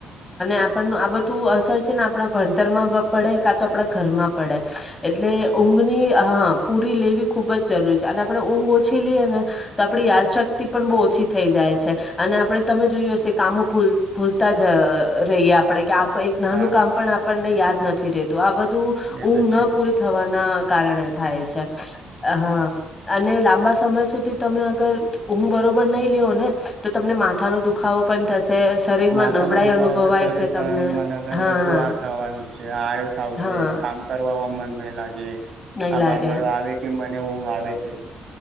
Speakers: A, on the left; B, on the right.
A: આપણ આ બધું અસર છે ને આપણા ભણતરમાં પડે કા તો આપણા ઘરમાં પડે એટલે
B: હા
A: ઊંઘની હ પૂરી લેવી ખુબ જ જરૂરી છે અને આપણે ઊંઘ ઓછી લઈએ ને તો આપણી યાદશક્તિ પણ બહ ઓ ઓછી થઈ જાય છે અને આપણે તમે જોય હશે કામો ભૂલતા જ રહીએ આપણે કે આ એક નાનું
B: હા
A: કામ પણ આપ યાદ નથી રતું આ બધું
B: એ
A: ઊંઘ
B: તો
A: ન
B: છે
A: પૂરી થવાની ના કારણે થાય છે હા અને લાંબા સમય સુધી તમે અગર ઊંઘ બરો લે ને તો તમને માથા નો દુખાવો પણ થશે શરીરમાં
B: માથા
A: નબળાઈ
B: ન દુખાવોય
A: અનુભવાય
B: તો શરીર
A: છે તમને
B: શરીર મને
A: હા
B: બધું વા થવાનું જ છે આળસ આવશે
A: હા
B: કામ કરવાવામાં મન મે લાગે
A: નહી
B: આ
A: લાગે
B: બાર બાર આવે કે વું આવે છે